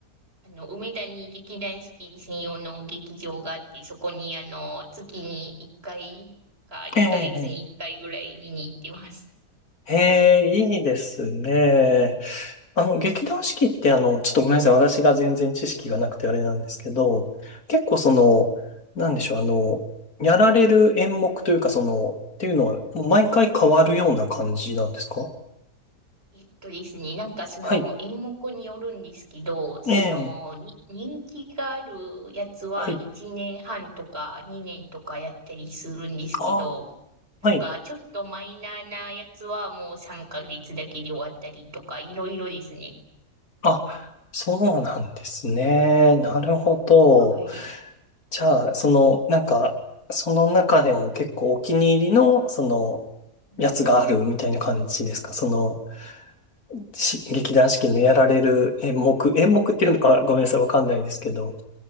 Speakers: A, on the right (about 40°); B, on the left (about 75°).
A: あの、梅田に劇団四季専用の劇場があって、そこにあの、月に1回か2ヶ月に1回ぐらい見に行ってます。
B: ええ、ええ、ええいいですね。あの、劇団四季ってあの、ちょっとごめんなさい。私が全然知識がなくてあれなんですけど、結構その、
A: はい
B: なんでしょう、あの、やられる演目というかその、っていうのは、もう毎回変わるような感じなんですか
A: えっとですね、なんかその演目によるんですけど、
B: はい。
A: そのに人気があるやつは1年半とか2年とかやったりするんですけど、
B: ええ。はい。ああ、
A: なんかちょっとマイナーなやつはもう3ヶ月だけで終わったりとか、
B: はい。
A: いろいろですね。
B: あ、そうなんですね。なるほど。
A: はい。
B: じゃあ、その、なんか、その中でも結構お気に入りの、その、
A: うん、
B: やつがあるみたいな感じですかそのし、劇団四季のやられる演目、演目っていうのかごめんなさい、わかんないですけど、